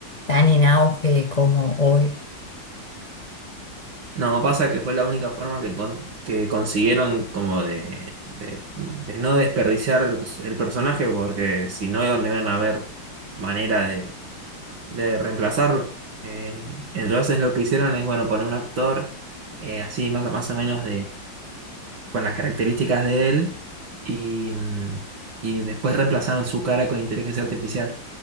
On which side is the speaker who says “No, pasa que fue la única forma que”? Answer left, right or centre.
Right